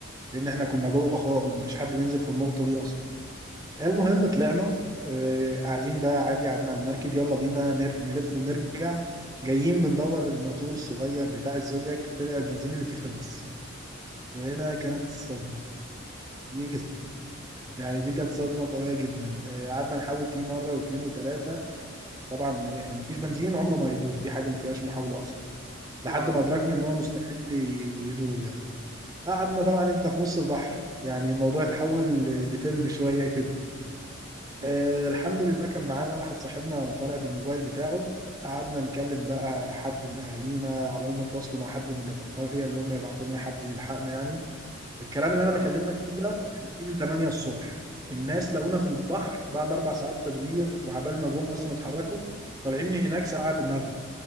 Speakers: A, on the right; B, on the right.
A: لان احنا كنا جوه
B: لا.
A: خالص مفيش حد بينزل في النقطه دي اصلا المهم طلعنا آه، قاعدين بقى عادي قعدنا على المركب يلا بينا نر- نلف ونرجع جايين بندور الماتور الصغير بتاع الزودياك طلع البنزين اللي فيه خلص وهنا كانت الصدمه دي كانت- <laughs> يعني دي كانت صدمه قويه جدا آه، قعدنا نحاول فيه مره واثنين وثلاثه طبعا يعني مفيش بنزين عمره ما يدور دي حاجه ما فيهاش محاوله اصلا لحد
B: اه
A: ما ادركنا ان هو مستحيل ي- يدور يعني قعدنا طبعا انت في نص البحر يعني الموضوع اتحول ل- لفيلم شويه كده
B: لا.
A: آه الحمد لله كان معانا واحد صاحبنا طالع بالموبايل بتاعه قعدنا نكلم بقى حد من اهالينا عبال ما تواصلوا مع حد من اللي في القريه اللي هم يبعتوا لنا حد يلحقنا يعني الكلام اللي انا
B: اه
A: بكلمك فيه ده احنا فيه من 8 الصبح الناس لقونا في البحر بعد اربع ساعات تدوير وعبال ما جم اصلا اتحركوا طالعين من هناك ساعه المغرب